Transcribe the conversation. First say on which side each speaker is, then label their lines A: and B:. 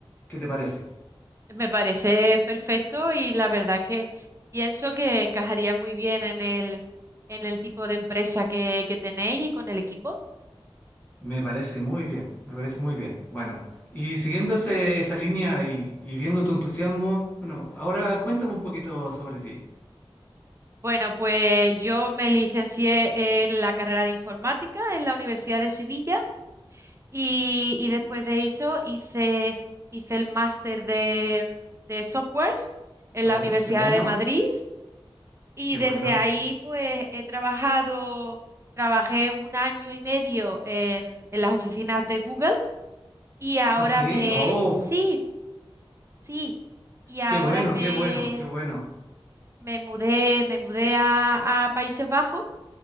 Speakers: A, on the left; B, on the right.
A: ¿Qué te parece?
B: me parece perfecto y la verdad que pienso que encajaría muy bien en el, en el tipo de empresa que, que tenéis y con el equipo.
A: Me parece muy bien, me parece muy bien. Bueno, y siguiendo ese- esa línea y, y viendo tu entusiasmo, bueno, ahora cuéntame un poquito sobre ti.
B: Bueno, pues yo me licencié en la carrera de informática en la Universidad de Sevilla y, y después de eso hice, hice el máster de, de softwares en
A: Oh,
B: la Universidad
A: qué bueno,
B: de Madrid. Y
A: qué
B: desde
A: bueno.
B: ahí, pues he trabajado, trabajé un año y medio en, en las oficinas de Google y ahora
A: ¿Ah, sí?
B: me,
A: Oh,
B: sí, sí, y ahora
A: qué bueno,
B: me,
A: qué bueno, qué bueno.
B: me mudé, me mudé a, a Países Bajos